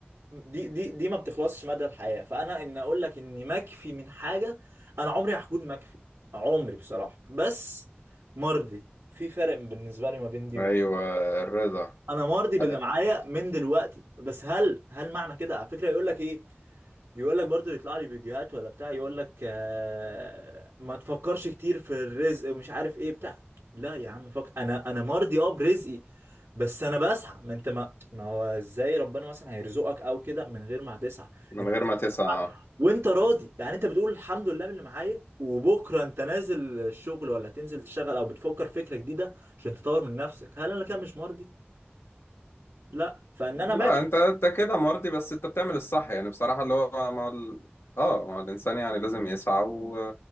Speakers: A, on the right; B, on the left.
A: دي دي دي ما بتخلصش مدى الحياة فانا ان اقول لك اني مكفي من حاجة انا عمري هكون مكفي عمري بصراحة بس مرضي في فرق بالنسبة لي ما بين دي
B: ايوه
A: ودي
B: الرضا
A: انا مرضي باللي
B: آه،
A: معايا من دلوقتي بس هل هل معنى كده على فكرة يقول لك ايه يقول لك برضو يطلع لي فيديوهات ولا بتاع يقول لك آه ما تفكرش كتير في الرزق ومش عارف ايه بتاع لا يا عم فك انا انا مرضي اه برزقي بس انا بسعى ما انت ما ما هو ازاي ربنا مثلا هيرزقك او كده من غير ما تسعى
B: من
A: انت
B: غير
A: بتسعى
B: ما تسعى
A: وانت راضي يعني انت بتقول الحمد لله باللي معايا وبكره انت نازل الشغل ولا تنزل تشتغل او بتفكر فكره جديده عشان تطور من نفسك هل انا كده مش مرضي لا فان
B: لا
A: انا ماكر
B: انت انت كده مرضي بس انت بتعمل الصح يعني بصراحة اللي هو مع ال... اه ما هو الانسان يعني لازم يسعى و...